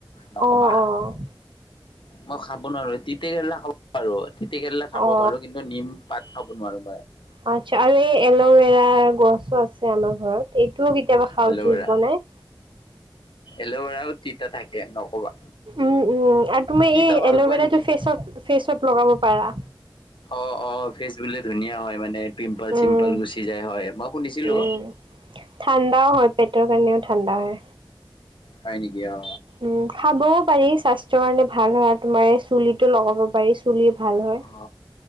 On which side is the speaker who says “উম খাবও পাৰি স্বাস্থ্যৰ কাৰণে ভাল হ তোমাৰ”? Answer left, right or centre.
Right